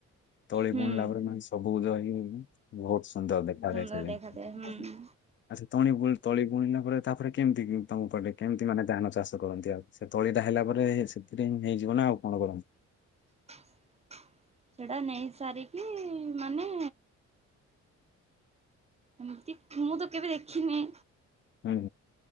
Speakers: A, on the left; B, on the right.
A: ତଳି
B: ହୁଁ
A: ବୁଣିଲା ପରେ ମାନେ ସବୁଜ ହେଇ ବହୁତ ସୁନ୍ଦର ଦେଖାଯାଏ।
B: ଭଲ
A: ସେ ଜିନିଷ।
B: ଦେଖା ଯାଏ ହୁଁ।
A: ଆଚ୍ଛା ତଳି ବୁଣି ତଳି ବୁଣିଲା ପରେ ତାପରେ କେମିତି ତମ ପଟେ କେମିତି ମାନେ ଧାନ ଚାଷ କରନ୍ତି ଆଉ ସେ ତଳି ଟା ହେଲା ପରେ ସେଥିରେ ହିଁ ହେଇଯିବ ନା ଆଉ କଣ କରନ୍ତି।
B: ଆ <inaudible> ସେଟା ନେଇ ସାରିକି ମାନେ ଏମିତି ମୁଁ ତ କେବେ ଦେଖିନି
A: ହୁଁ।